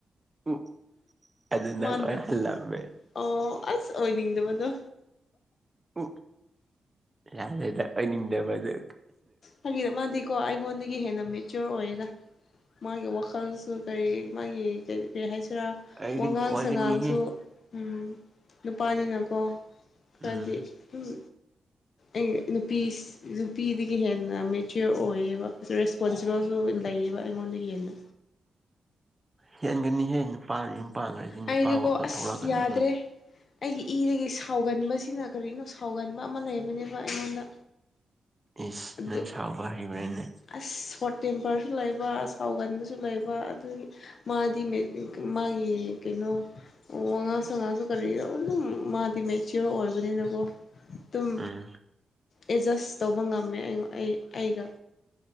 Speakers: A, on the right; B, on the left.
A: ꯎ ꯑꯗꯨ ꯅꯪ
B: ꯃꯥꯅ
A: ꯑꯣꯏ ꯍꯜꯂꯝꯃꯦ
B: ꯑꯣ ꯑꯁ ꯑꯣꯏ ꯃꯅꯣ
A: ꯎ ꯌꯥꯔꯦꯗꯗꯕꯗ
B: ꯍꯥꯏꯗ ꯃꯥꯗꯤꯤꯀꯣ ꯏꯣꯟ ꯀ ꯍꯦꯟꯅ ꯃꯦꯆꯌꯣꯔ ꯑꯣꯏꯌꯦꯦꯔꯥ ꯃꯥꯒꯤ ꯋꯥꯈꯜꯁꯨ ꯀꯔꯤ ꯃꯥꯒꯤ ꯅꯠꯇ꯭ꯔ
A: ꯑꯩ
B: ꯋꯥꯉꯥꯡ
A: ꯑꯣꯏꯒꯅꯤꯍꯦ
B: ꯁꯉꯥꯡꯁꯨ ꯎꯝ ꯅꯨꯄꯥꯅꯤꯅꯀꯣ ꯀꯗꯤ
A: ꯎꯝ
B: ꯎꯝ ꯑꯩ ꯅꯨꯄꯤ ꯅꯨꯄꯤꯗꯒꯤ ꯍꯦꯟ ꯃꯦꯆꯤꯌꯣꯔ ꯑꯣꯏꯌꯦꯕ ꯔꯦꯁꯄꯣꯟꯁꯤꯕꯜꯁꯨ ꯂꯩꯌꯦꯕ ꯑꯩꯉꯣꯟꯗ ꯌꯦꯟꯅ
A: ꯍꯦꯟꯒꯅꯤ ꯍꯦ ꯅꯨꯄꯥ ꯄꯥꯡꯈꯁꯤ ꯅꯨꯄꯥ
B: ꯑꯩꯗꯤꯀꯣ
A: ꯋꯥꯈꯜ
B: ꯑꯁ
A: ꯊꯣꯛꯂꯛꯀꯅꯤ
B: ꯌꯥꯗ꯭ꯔꯦ ꯑꯩꯒꯤ ꯏꯗꯒꯤ ꯁꯥꯎꯒꯟꯕꯁꯤꯅ ꯀꯔꯤꯅꯣ ꯁꯥꯎꯒꯟꯕ ꯑꯃ ꯂꯩꯕꯅꯦꯕ ꯑꯩꯉꯣꯟꯗ
A: ꯏꯁꯁ
B: ꯑꯗꯨ
A: ꯅꯪ ꯁꯥꯎꯕ ꯍꯩꯕ꯭ꯔꯥꯅꯦ
B: ꯑꯁ ꯁꯣꯔꯠ ꯇꯦꯝꯄꯔꯁꯨ ꯂꯩꯕ ꯁꯥꯎꯒꯟꯕꯁꯨ ꯂꯩꯕ ꯑꯗꯨꯒꯤ ꯃꯥꯗꯤ ꯃꯥꯒꯤ ꯀꯩꯅꯣ ꯋꯥꯉꯥꯡ ꯁꯉꯥꯡꯁꯨ ꯀꯔꯤꯗ ꯑꯗꯨꯝ ꯃꯥꯗꯤ ꯃꯦꯆꯤꯌꯣꯔ ꯑꯣꯏꯕꯅꯤꯅꯀꯣ ꯇꯨꯝ
A: ꯎꯝ
B: ꯑꯦꯠꯖꯁ ꯇꯧꯕ ꯉꯝꯃꯦ ꯑꯩꯉ ꯑꯩ ꯑꯩꯒ